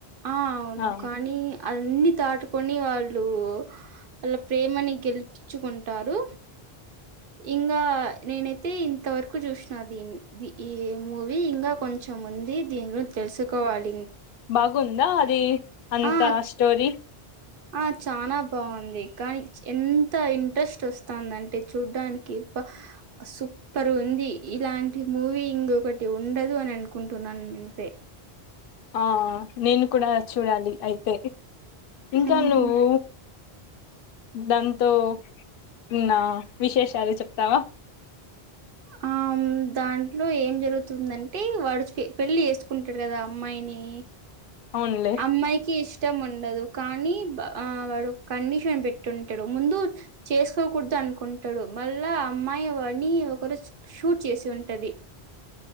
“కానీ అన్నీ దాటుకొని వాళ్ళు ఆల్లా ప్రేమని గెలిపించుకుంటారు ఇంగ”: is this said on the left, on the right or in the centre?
Right